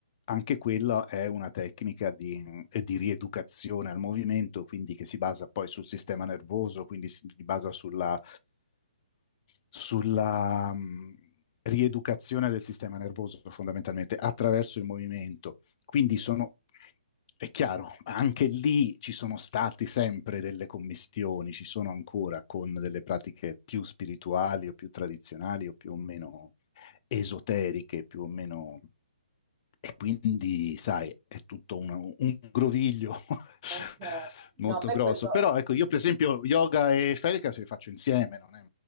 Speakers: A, on the left; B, on the right.
A: anche quella è una tecnica di, eh, di rieducazione al movimento, quindi che si basa poi sul sistema nervoso, quindi si basa sulla, sulla mh, rieducazione del sistema nervoso fondamentalmente attraverso il movimento. Quindi sono, è chiaro, anche lì ci sono stati sempre delle commistioni, ci sono ancora con delle pratiche più spirituali o più tradizionali o più o meno esoteriche, più o meno... E quindi, sai, è tutto una- un groviglio <laughs>
B: ok.
A: molto
B: No, a me
A: grosso.
B: quello...
A: Però, ecco, io per esempio yoga e felica se li faccio insieme, non, è-